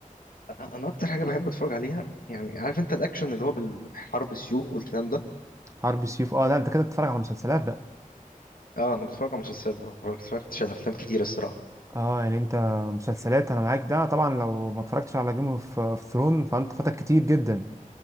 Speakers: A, on the left (about 85°); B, on the right (about 20°).
A: أ- أنا أكتر حاجة بحب أتفرج عليها يعني عارف أنت الأكشن اللي هو بالحرب السيوف والكلام ده
B: حرب سيوف اه لا انت كده بتتفرج على مسلسلات بقى
A: أه أنا بتفرج على مسلسلات ما اتفرجت- اتفرجتش على أفلام كتير الصراحة
B: اه يعني انت مسلسلات انا معاك ده طبعا لو ما اتفرجتش على جيم اوف ثرون فانت فاتك كتير جدا